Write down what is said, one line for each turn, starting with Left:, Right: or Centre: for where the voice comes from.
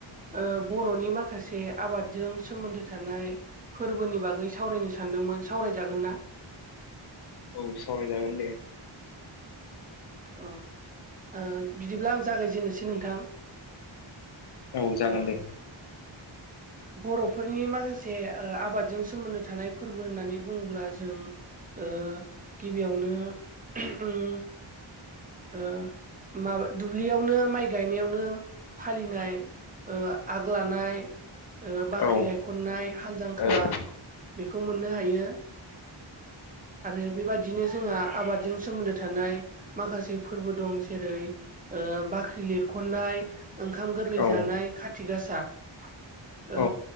Right: ओ बर'नि माखासे आबादजों सोमोन्दो थानाय फोरबोनि बागै सावरायनो सानदोंमोन सावरायजागोनना?
Left: औ सावरायजागोन दे।
Right: अ ओ बिदिब्ला आं जागायजेनोसै नोंथां
Left: औ जागोन
Right: ओ
Left: दे।
Right: बर'फोरनि माखासे ओ आबादजों सोमोन्दो थानाय फोरबो होननानै बुङोब्ला जों ओ गिबियावनो ओम ओ माबा दुब्लियावनो माइ गायनायावनो फालिनाय ओ आग लानाय, ओ बाख्रि
Left: औ
Right: गायख'न्नाय, हाल जांख्रा
Left: औ
Right: बेखौ मोननो हायो आरो बेबायदिनो जोंहा आबादजों सोमोन्दो थानाय माखासे फोरबो दं जेरै ओ बाख्रि लिरखननाय, ओंखाम गोरलै
Left: औ
Right: जानाय, खाथि गासा ओ
Left: औ